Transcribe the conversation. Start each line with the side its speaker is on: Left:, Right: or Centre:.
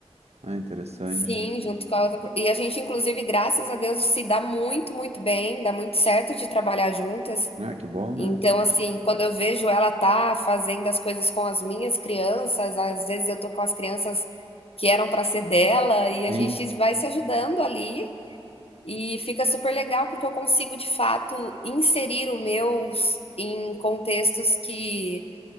Right: Ah, interessante.
Left: Sim, junto com a outra. pro- E a gente, inclusive, graças a Deus, se dá muito, muito bem, dá muito certo de trabalhar juntas.
Right: Ah, que bom,
Left: Então,
Right: né?
Left: assim, quando eu vejo ela tá fazendo as coisas com as minhas crianças, às vezes eu tô com as crianças que eram para ser dela, e a
Right: Sim,
Left: gente vai se ajudando ali, e fica super legal, porque eu consigo, de fato, inserir o meu em contextos que,